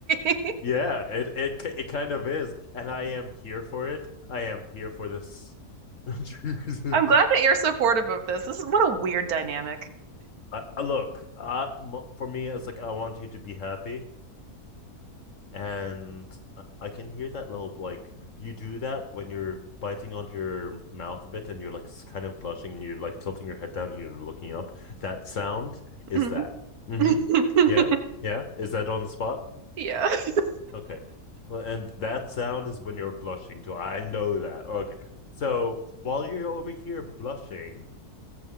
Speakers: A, on the right (about 70°); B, on the left (about 55°).
A: <laughs> say.
B: Yeah, it it it kind of is, and I am here for it. I am here for this. <laughs> Jesus. <laughs>
A: I'm glad that you're supportive of this. This is what a weird dynamic.
B: Uh, uh, look, uh, for me, it's like I want you to be happy. and I- can hear that little like you do that when you're biting onto your mouth a bit and you're like kind of blushing and you're like tilting your head down and you're looking up. That sound is
A: hmm
B: that. Mm-hmm.
A: <laughs>
B: Yeah. Yeah. Is that on the spot?
A: Yeah. <laughs>
B: Okay. Well, and that sound is when you're blushing too. I know that. Okay. So while you're over here blushing